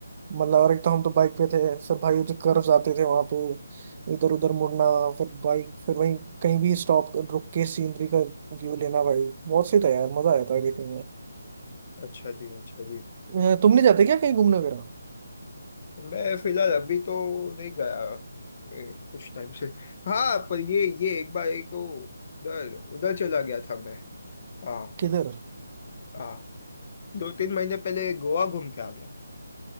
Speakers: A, on the right; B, on the left.
A: मतलब और एक तो हम तो बाइक पे थे फिर भाई जो कर्व्स आते थे वहां पे इधर उधर मुड़ना फिर बाइक फिर वहीं कहीं भी स्टॉप रुक के सीनरी का व्यू लेना भाई बहुत सही था यार मजा आया था देखने में
B: अच्छा जी अच्छा जी
A: अ, तुमने जाते क्या कहीं घूमने वगैरह
B: मैं फिलहाल अभी तो नहीं गया ए, कुछ टाइम से हाँ पर ये ये एक बार एक वो उधर उधर चला गया था मैं हाँ
A: किधर
B: हाँ दो तीन महीने पहले गोवा घूम के आ गया